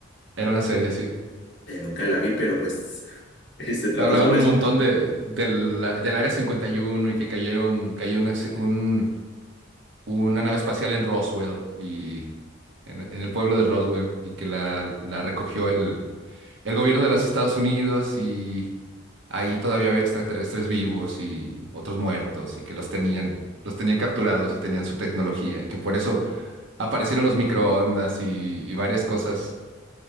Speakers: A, on the right; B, on the left.
A: Era una serie, sí.
B: Eh, nunca la vi, pero pues <laughs> se trata
A: Hablaban
B: sobre
A: un
B: eso.
A: montón de, del, del Área 51 y uno y que cayeron, cayó un acci- un- una nave espacial en Roswell y en, en el pueblo de Roswell y que la, la recogió el, el gobierno de los Estados Unidos y ahí todavía había extraterrestres vivos y otros muertos y que los tenían, los tenían capturados y tenían su tecnología y que por eso aparecieron los microondas y, y varias cosas